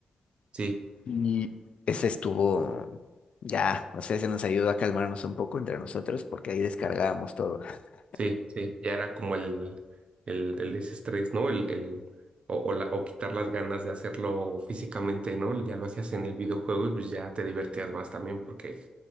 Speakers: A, on the right; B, on the left.
A: Sí,
B: y ese estuvo ya, o sea, se nos ayudó a calmarnos un poco entre nosotros porque ahí descargábamos todo. <laughs>
A: sí, sí, ya era como el, el, el desestrés, ¿no? El, el, o, o, la- o quitar las ganas de hacerlo físicamente, ¿no? Ya lo hacías en el videojuego y pues ya te divertías más también porque